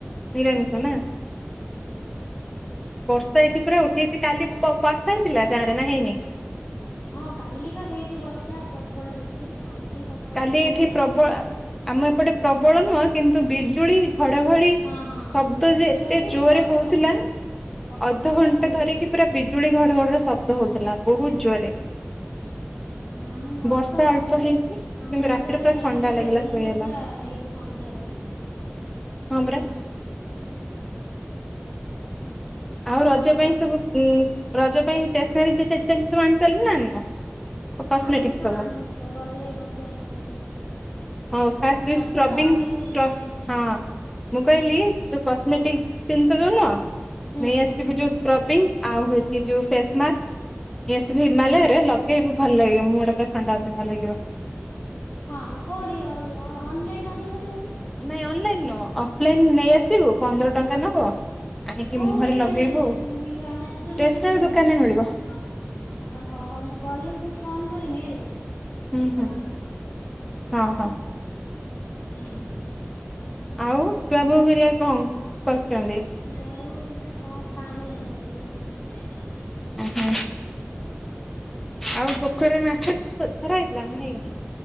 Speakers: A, in the centre; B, on the left (about 50°).
A: ନିରାମିଷ? ସତ ନା?
B: <inaudible>
A: ବର୍ଷା ଏଇଠି ପୁରା ଉଠେଇଛି କାଲି ବର୍ଷା ହେଇଥିଲା ଗାଁ ରେ ନା ହେଇନି?
B: ହଁ କାଲି ବା ହେଇଛି ବର୍ଷା ପ୍ରବଳ ହେଇଛି ଆଜି ସକାଳୁ
A: କାଲି
B: ବର୍ଷା
A: ଏଇଠି
B: ନାହିଁ
A: ପ୍ରବଳ
B: ହେଲେ
A: ଆ ଆମ ଏପଟେ ପ୍ରବ ପ୍ରବଳ ନୁଁହ କିନ୍ତୁ ବିଜୁଳି ଘଡ଼ଘଡ଼ି
B: ହଁ ହଁ
A: ଶବ୍ଦ
B: ବିଜୁଳି
A: ଯେ ଏତେ
B: ଘଡଘଡି
A: ଜୋରରେ
B: ବର୍ଷା
A: ହଉଥିଲା
B: ସବୁ ହେଇଛି। ପବନ
A: ଅଧଘଣ୍ଟା
B: ସବୁ ହେଇଛି
A: ଧରିକି
B: କାଲି
A: ପୁରା ବିଜୁଳି ଘଡ଼ଘଡ଼ି ର ଶବ୍ଦ ହଉଥିଲା ବହୁତ୍ ଜୋରରେ।
B: ଆମ
A: ବର୍ଷା
B: ଅଧଘଣ୍ଟେ
A: ଅଳ୍ପ ହେଇଛି। କିନ୍ତୁ
B: ଆମ ଏଠି
A: ରାତିରେ
B: ବୋଧେ
A: ପୁରା
B: ହେଇଛି
A: ଥଣ୍ଡା ଲାଗିଲା
B: ଦିନରୁ
A: ଶୋଇଗଲା
B: ପୁରା ହେଇଛି ସନ୍ଧ୍ୟା ପର୍ଯ୍ୟନ୍ତ
A: ହଁ ପରା। ଆଉ
B: ହଁ।
A: ରଜ ପାଇଁ ସବୁ ଉ ରଜ ପାଇଁ ଷ୍ଟେସନାରୀ ଜିନିଷ ସବୁ ଆଣିସାରିଲୁ ନା ଆଣିନୁ? କସ୍ମେଟିକ
B: ନା କିଛି
A: ସବୁ
B: ଆଣିନି ତ ଗଲେ ବଜାର ଆଣିବି ଆଉ।
A: ହ ହଁ ଫାର୍ଷ୍ଟ ହଉଛି
B: ରଜ
A: ସ୍କ୍ରବିଙ୍ଗ
B: ତ ରହିଲାଣି
A: ସ୍କ୍ର
B: ଆହୁରି ବହୁତ
A: ହଁ ମୁଁ କହିଲି ଯଉ କସ୍ମେଟି ଜିନିଷ ଯଉ ନୁହଁ।
B: ହୁଁ
A: ନେଇ ଆସିବୁ ଯୋଉ ସ୍କ୍ରବିଂ ଆଉ ହଉଛି ଯୋଉ ଫେସ ମାସ୍କ ଫେସରେ ହିମାଳୟର ଲଗେଇବୁ ଭଲ ଲାଗିବ ମୁଁହ ଟା ପୁରା ଥଣ୍ଡା ଥଣ୍ଡା ଲାଗିବ।
B: ହଁ କୋଉଠି ଅନଲାଇନ ଅନଲାଇ ଅର୍ଡର କରିବା ହେବା ନା?
A: ନାଇଁ ଅନଲାଇନ ନୁହଁ ଅଫଲାଇନ ନେଇ ଆସିବୁ ପନ୍ଦର ଟଙ୍କା ନବ ଆଣିକି
B: କୋଉଠି
A: ମୁହଁରେ
B: କେଜାଣି
A: ଲଗେଇବୁ
B: ମିଳେ ଆମ ଏଠି
A: ଷ୍ଟେସନାରୀ
B: ମିଳେନି
A: ଦୋକାନରେ
B: ବୋଧେ
A: ମିଳିବ।
B: ଓହୋ ହୋ ହଉ ମୁଁ ଗଲେ ତତେ ଫୋନ କରମି ହେଲା। <unintelligible>
A: ହୁଁ ହୁଁ ହଁ ହଁ,
B: <inaudible>
A: ଆଉ ଛୁଆ ବୋଉ ଘରିଆ କଣ କରୁଛନ୍ତି?
B: ବଉ କଣ ପାଣି ଆଣିବାକୁ ଯାଇଛି ବୋଧେ
A: ଓ ହୋ, ଆଉ ପୋଖରିରେ ମାଛ ଧରାହେଇଥିଲା ନା ହେଇନାଇଁ।